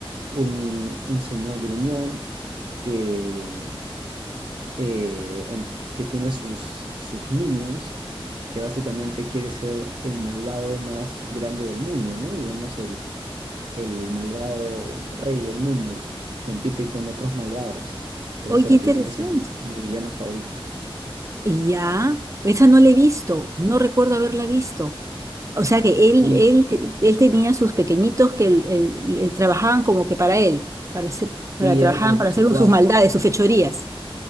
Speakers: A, on the right (about 70°); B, on the right (about 30°).
A: un, un señor gruñón que eh, en- que tiene sus, sus minions y que básicamente quiere ser el malvado más grande del mundo, ¿no? Digamos, el, el malvado rey del mundo y compite con otros malvados. Por
B: Oye,
A: eso
B: qué
A: la
B: interesante.
A: película se llama Mi villano favorito.
B: Y Ya, esa no la he visto, no recuerdo haberla visto. O sea que
A: Sí,
B: él, él, te- él tenía sus pequeñitos que él- él- él trabajaban como que para él, para, ese-
A: sí,
B: para trabajaban
A: eran como sus
B: para hacer
A: secuaces.
B: sus maldades, sus fechorías.